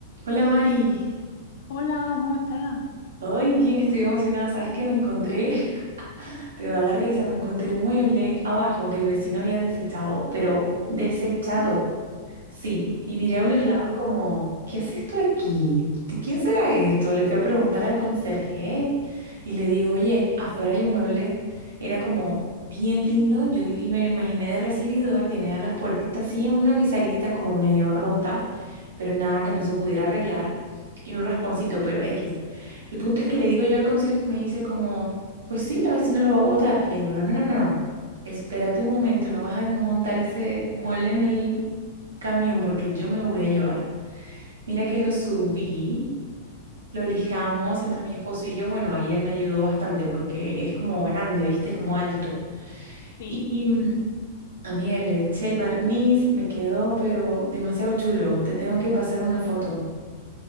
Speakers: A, on the right; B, on the left.
A: Hola Mari,
B: Hola, ¿cómo están?
A: hoy bien estoy emocionada, sabes que me encontré, <laughs> te va a dar risa, me encontré un mueble abajo que el vecino había desechado, pero desechado.
B: Ah,
A: Sí, y miré a un
B: Sí,
A: lado como, ¿qué hace esto aquí? ¿De quién será esto? Le fui a preguntar al conserje y le digo, oye, afuera hay un mueble, era como bien lindo, yo di- me lo imaginé de recibidor, tiene a las puertitas así en una bisagrita como medio rota, pero nada que no se pudiera arreglar, y un rasponcito, pero X. El punto es que le digo yo al conserje y me dice como, pues sí, la vecina lo va a botar. Le digo, no, no, no, no, no, espérate un momento, no vas a montar ese mueble en el camión porque yo me lo voy a llevar. Mira que lo subí, lo lijamos
B: sí,
A: entre mi esposo y yo. Bueno, ahí él me ayudó bastante porque es como grande, ¿viste? Es como alto.
B: sí.
A: Y, y, mm, amiga, le eché el barniz, me quedó, pero demasiado chulo. Te tengo que pasar una foto.